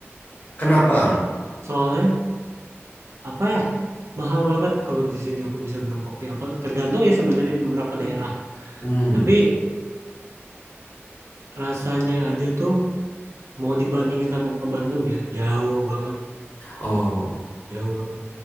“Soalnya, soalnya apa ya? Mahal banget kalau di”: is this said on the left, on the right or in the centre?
Right